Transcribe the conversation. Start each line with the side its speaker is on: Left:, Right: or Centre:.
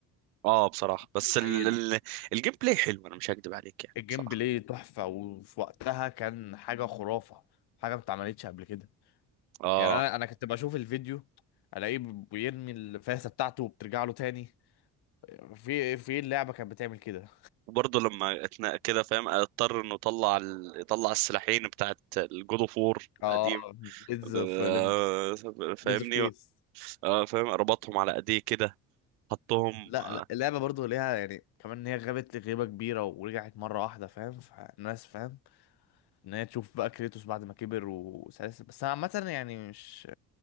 Right: اه بصراحة
Left: أحداث
Right: بس ال...
Left: قليلة
Right: ال... الجيم بلاي حلو انا مش هكدب عليك يعني
Left: الجيم
Right: بصراحة
Left: بلاي تحفة وفي وقتها كان حاجة خرافة حاجة ما اتعملتش قبل كده
Right: اه
Left: يعني أنا أنا كنت بشوف الفيديو ألاقيه بيرمي الفاسة بتاعته وبترجع له تاني في في اللعبه كانت بتعمل كده
Right: وبرضه لما اتنا كده فاهم اضطر انه يطلع ال... يطلع السلاحين بتاعت الجود اوف وور القديم
Left: اه بليدز اوف
Right: آه،
Left: ليمبس
Right: فاهمني
Left: بليدز اوف كيس
Right: اه فاهم ربطهم على ايديه كده حطهم
Left: لا
Right: آه،
Left: لا اللعبه برضو ليها يعني كمان ان هي غابت لغيبه كبيره ورجعت مره واحده فاهم فالناس فاهم ان هي تشوف بقى كريتوس بعد ما كبر وسلاسل بس انا عامه يعني مش